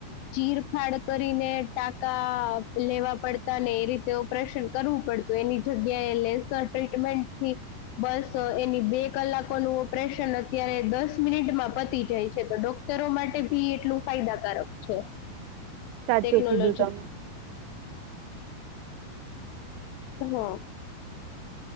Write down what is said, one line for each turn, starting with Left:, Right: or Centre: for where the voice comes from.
Left: ચીર ફાડ કરીને ટાકા લેવા પડતા ને એ રીતે ઓપરેશન કરવું પડત તો એની જગ્યાએ લેસર ટ્રીટમેન્ટ થી બસ એની બે કલાકોનું ઓપરેશન અત્યારે દસ મિનિટમાં પતી જાય છે તો ડોક્ટરો માટે ભી એટલું ફાયદાકારક છે
Right: સાચું
Left: ટેકનોલોજી
Right: કીધું તમે
Left: હા